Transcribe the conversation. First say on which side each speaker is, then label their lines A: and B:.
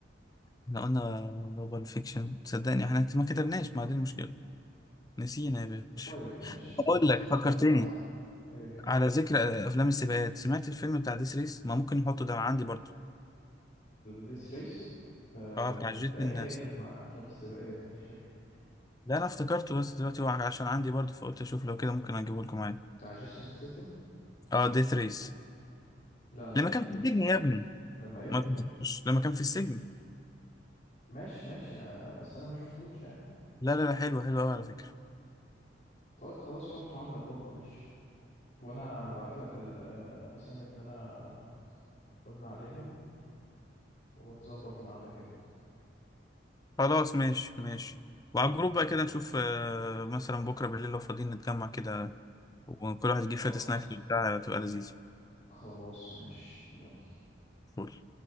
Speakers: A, on the left; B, on the left.
A: احنا قلنا بابل فيكشن صدقني احنا ما كتبناش ما دي المشكله نسينا يا باشا
B: طيب ماشي
A: اقول
B: ماشي
A: لك فكرتني
B: هبعت لك ايه
A: على ذكر آه، افلام السباقات سمعت الفيلم بتاع ديس ريس ما ممكن نحطه ده عندي برضو
B: ذيس ريس
A: اه بتاع جيت
B: انت ايه
A: الناس
B: حكايتك مع افلام السباقات مش فاهم
A: لا انا افتكرته بس دلوقتي هو عشان عندي برضو فقلت اشوف لو كده ممكن اجيبه لكم معايا
B: بتاع جيسون ستيتم
A: اه ديث ريس
B: لا انا
A: لما
B: ما شفتوش
A: كان في السجن يا ابني
B: لما ايه
A: ما تنساش لما كان في السجن
B: ماشي ماشي آه، بس انا ما شفتوش يعني
A: لا لا لا حلو حلو قوي على فكرة
B: طيب خلاص حطه عندك برضو ماشي وانا هبعت لك الاسامي اللي انا قلنا عليها ونظبط القعدة كده
A: خلاص ماشي ماشي وعلى
B: تمام.
A: الجروب بقى كده نشوف آه، مثلا بكرة بالليل لو فاضيين نتجمع كده وكل واحد يجيب
B: خلاص
A: شوية سناكس بتاع تبقى لذيذة
B: خلاص ماشي يلا
A: فول